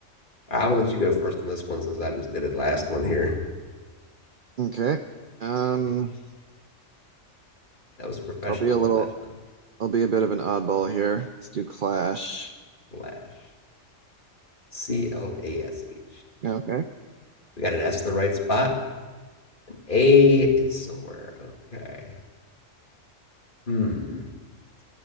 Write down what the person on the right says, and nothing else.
Okay. Um,
I'll be a
little
I'll be a bit of an oddball here. Let's do Clash.
Yeah, Okay,